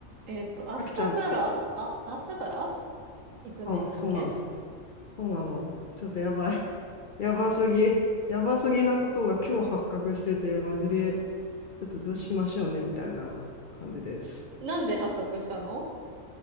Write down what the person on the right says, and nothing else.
えっと、明日から、
あ、明日から行くんでしたっけ
なんで発覚したの